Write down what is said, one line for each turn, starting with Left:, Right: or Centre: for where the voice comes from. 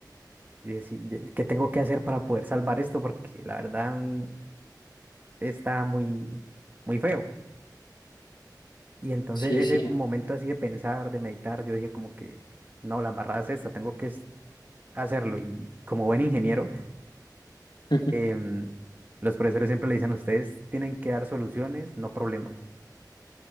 Right: Y decir, ¿qué tengo que hacer para poder salvar esto? Porque la verdad mm, está muy, muy feo. Y entonces
Left: Sí,
Right: ese
Left: sí.
Right: momento así de pensar, de meditar, yo dije como que, no, la embarrada es esta, tengo que es- hacerlo. Y como buen ingeniero,
Left: <laughs>
Right: em, los profesores siempre le dicen, ustedes tienen que dar soluciones, no problemas.